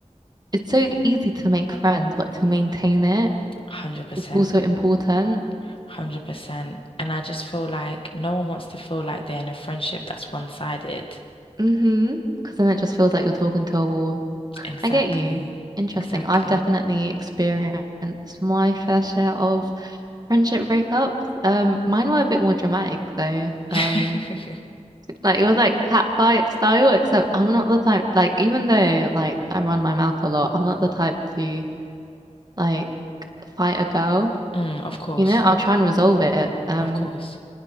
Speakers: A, on the right (about 30°); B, on the left (about 45°).
A: It's so easy to make friends, but to maintain it
B: 100%.
A: is also
B: 100%.
A: important.
B: And I just feel like no one wants to feel like they're in a friendship that's one-sided.
A: Mm-hmm. Because then it just feels like you're talking to a wall.
B: Exactly.
A: I get you. Interesting.
B: Exactly.
A: I've definitely experienced my fair share of friendship breakups. Um, mine were a bit more dramatic though.
B: <laughs>
A: Um, like it was like catfight style, except I'm not the type like even though like I run my mouth a lot, I'm not the type to like fight a girl.
B: Mm, of course.
A: You know, I'll try and resolve it. Um,
B: Of course.